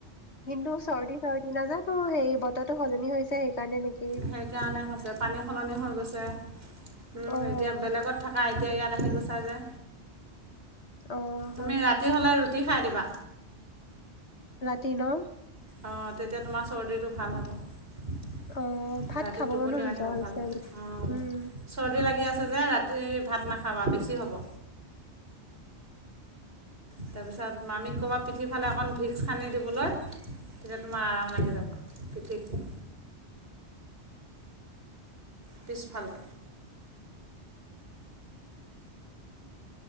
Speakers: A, on the left; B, on the right.
A: দিনটো চৰ্দি চ নাজানো সেই বতৰো সলনি হৈছে সেইকাৰণে নেকি
B: সেইকাৰণে এতিয়া পানী সলনি হৈ গৈছে উম
A: অ',
B: এতিয়া বেলেগত থাকা এতিয়া ইয়াত আহি গৈছা যে
A: অ', হয়
B: তুমি ৰাতি হলে ৰুটি ৰুটি খাই দিবা
A: ৰাতি ন
B: অ তেতিয়া তোমাৰ চৰ্দিটো ভাল হ'ব
A: অ ভাত
B: ৰাতি
A: খাব
B: টোপনিও
A: মনো নোযোৱা
B: আহিব
A: হৈছে
B: ভালকে অ
A: উম
B: চৰ্দি লাগি আছে তই যে ৰাতি ভাত নাখাবা বেছি হ'ব তাৰপিছত মামী ক'বা পিঠি ফালে অকণ ভিক্স হানি দিবলৈ তেতিয়া তোমাৰ আৰাম লাগি যাব পিঠিত পিছফালে